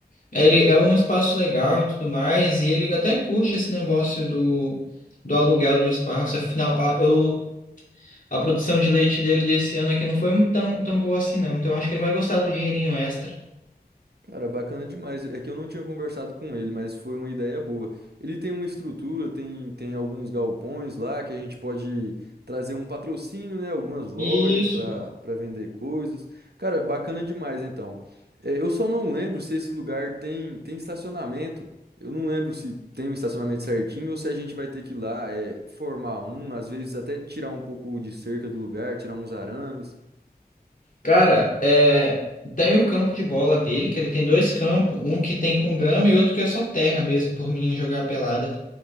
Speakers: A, on the left; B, on the right.
A: Ele é um espaço legal e tudo mais, e ele até curte esse negócio do. do aluguel do espaço. Afinal, ah, eu, A produção de leite dele desse ano aqui não foi muito tão, tão boa assim, não. Então acho que ele vai gostar do dinheirinho extra.
B: Cara, bacana demais. É que eu não tinha conversado com ele, mas foi uma ideia boa. Ele tem uma estrutura, tem, tem alguns galpões lá que a gente pode trazer um patrocínio, né? Algumas lojas
A: Isso.
B: para para vender coisas. Cara, bacana demais então. É, eu só não lembro se esse lugar tem, tem estacionamento. Eu não lembro se tem o estacionamento certinho ou se a gente vai ter que ir lá, é, formar um, às vezes até tirar um pouco de cerca do lugar, tirar uns arames.
A: Cara, é, tem o campo de bola dele, que ele tem dois campos, um que tem com grama e outro que é só terra mesmo, por menino jogar pelada.